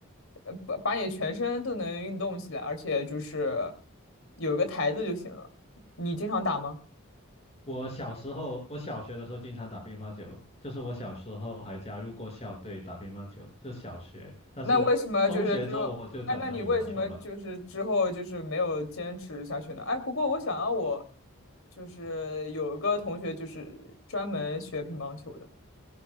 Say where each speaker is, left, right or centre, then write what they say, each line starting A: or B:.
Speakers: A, on the left; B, on the left.
A: 呃，把把你全身都能运动起来，而且就是有一个台子就行了。你经常打吗？
B: 我小时候，我小学的时候经常打乒乓球，就是我小时候还加入过校队打乒乓球，就小学。但是中学之后我就转成羽毛球了。
A: 那为什么就是之后，哎，那你为什么就是之后就是没有坚持下去呢？哎，不过我想要我就是有一个同学就是专门学乒乓球的，